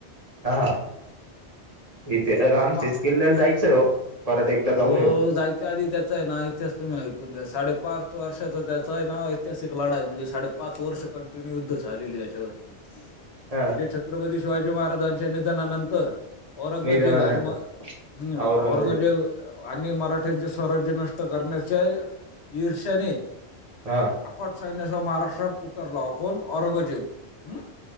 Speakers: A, on the right; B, on the left.
A: हा इथे राम
B: पा
A: शेचकिल्ल्याला जायचंय हो परत एकदा
B: हो
A: जाऊन येऊ
B: जायच आधी त्याचं आहे नाव इतिहास तुम्ही ऐकून घ्या साडे पाच वर्षाचा त्याचं आहे नाव ऐतिहासिक लढाई म्हणजे साडे पाच वर्ष कंटिन्यू युद्ध झालेली त्याच्यावरती म्हणजे
A: हा
B: छत्रपती शिवाजी महाराजांच्या निधनानंतर औरंगजेब
A: निधनानंतर
B: अनुमा हम्
A: औरंगजेब
B: औरंग आणि मराठ्यांचे स्वराज्य नष्ट करण्याच्या ईर्ष्याने
A: हा
B: आपट साैन्यासह महाराष्ट्रात उतरला कोण औरंगजेब हम